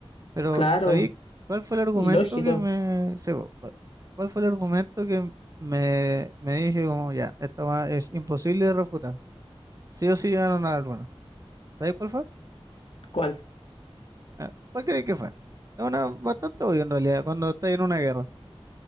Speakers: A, on the right; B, on the left.
A: Pero,
B: Claro,
A: ¿sabéis cuál fue el argumento
B: y lógico.
A: que me... sí, po, cua- ¿Cuál fue el argumento que me, me dije como, ya, esta weá es imposible de refutar? Sí o sí llegaron a la luna. ¿Sabéis cuál fue?
B: ¿Cuál?
A: Ah, ¿Cuál creéis que fue? Es una bastante obvio en realidad, cuando estáis en una guerra.